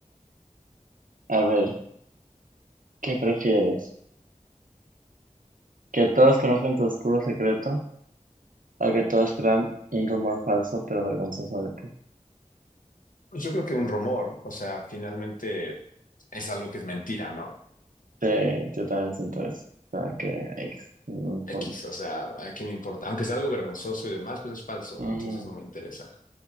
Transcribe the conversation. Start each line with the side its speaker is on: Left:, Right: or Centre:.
Right: A ver, ¿qué prefieres? ¿Que todos conozcan tu oscuro secreto? ¿O que todos crean un rumor falso pero vergonzoso de ti?
Left: Pues yo creo que un rumor, ¿no? o sea, finalmente es algo que es mentira, ¿no?
Right: Sí, yo también siento eso. O sea, que X, no importa.
Left: X, o sea, ¿a quién me importa? Aunque sea algo vergonzoso y demás, pues es falso,
Right: Ujú.
Left: entonces no me interesa.